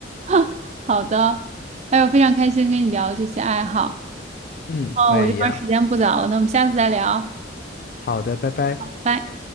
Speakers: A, on the right; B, on the left.
A: 哈，好的，哎呦，非常开心跟你聊这些爱好。
B: 嗯，
A: 哦，
B: 我也一样。
A: 我这边儿时间不早了，那我们下次再聊，
B: 好的，拜拜。
A: 拜拜。